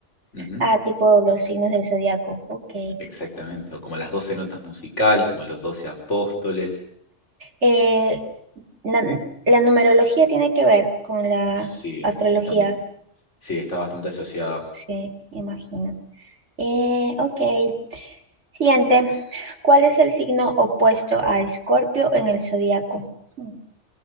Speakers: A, on the left; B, on the right.
A: Ujú,
B: Ah, tipo los signos del zodiaco. Ok.
A: Exactamente. O como las 12 notas musicales, como los 12 apóstoles.
B: Eh, na- la numerología tiene que ver con la
A: Sí,
B: astrología,
A: está, sí, está bastante asociada.
B: sí, me imagino. Eh, ok. Siguiente. ¿Cuál es el signo opuesto a Escorpio en el zodiaco? Hmm,